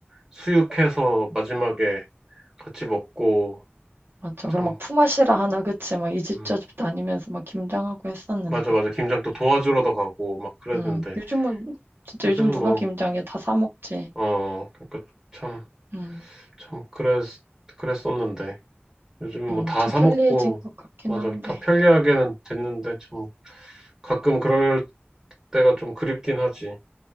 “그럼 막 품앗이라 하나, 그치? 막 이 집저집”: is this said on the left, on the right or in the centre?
Right